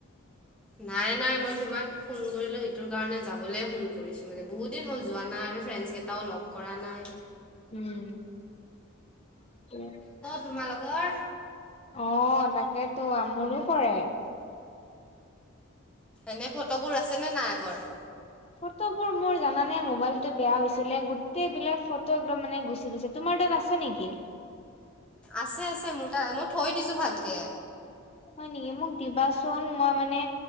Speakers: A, in the centre; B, on the left.
A: নাই নাই মই তোমাক ফোন কৰিলো সেইটোৰ কাৰণে যাবলে ফোন কৰিছো মানে বহুত দিন হ'ল যোৱা নাই আৰু ফ্ৰেডছ কেইটাও লগ কৰা নাই
B: উম। ত
A: তোমাৰ লগৰ
B: অ তাকেতো আমোৰো পৰে?
A: এনে ফটোবোৰ আছে নে নাই আগৰ
B: ফটোবোৰ মোৰ জানে মোবাইলতো বেয়া হৈছিলে গোটেই বিলাক ফটো একদম মানে গুচি গুছে তোমাৰ দ আছ নেকি?
A: আছে আছে মোৰ তাত মই থৈ দিছোঁ ভালকে
B: হয় নেকি মোক দিবাচোন মই মানে